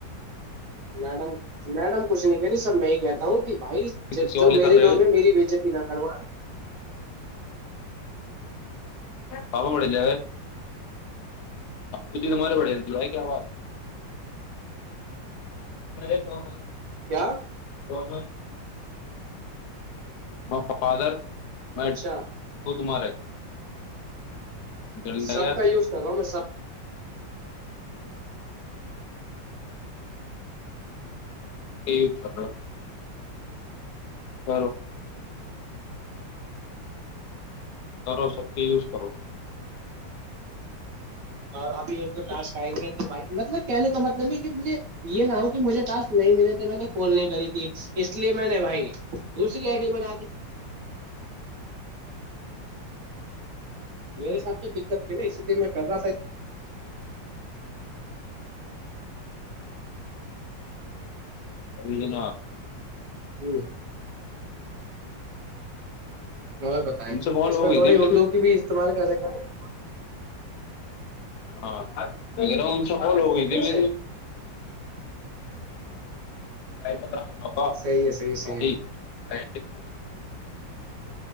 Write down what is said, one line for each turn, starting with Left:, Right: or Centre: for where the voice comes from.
Right: میڈم میڈم کچھ نہیں کری سب میں ہی کہتا ہوں بھائی
Left: کسی
Right: جو
Left: والے
Right: میرے
Left: کر رہے
Right: لو
Left: ہو
Right: ہیں میری بےجتی نہ کرو
Left: پپا بڑے ج آی تومارے پڑیتی آ کیااز مر آ
Right: کیا
Left: دون م فادر میں
Right: اچھا
Left: وہ تمہارے دل لگا
Right: سب کا یوز کر رہا ہوں میں سب
Left: یہ ف برو تارا شکتی یوز کرو
Right: اور ابھی ایک دو ٹسک آئیں گے توھائی مطلب کہنے کا مطلب یہ کہ مجھے یہ نہ ہو کہ مجھے ٹاسک نہیں ملے تھے میں نے کال نہیں کری تھی اس لیے میں نے بھائی دوسری آئی ڈی بنا دی میرے سھ تو دقت تھی نا اس لیے میں کزا س
Left: جنا آ
Right: جی وہ بھی بتائیں
Left: ان سے کال
Right: اس
Left: ہو
Right: میں
Left: گئی
Right: تھوڑی
Left: تھی میری
Right: اردو کی بھی استعمال کیسے کریں
Left: ہاںا سفال ہو گئی تھی
Right: ٹھیک
Left: میں
Right: ہے
Left: ےررا ھخزتس
Right: صحیح ہے صحیح ہے صحیح ہے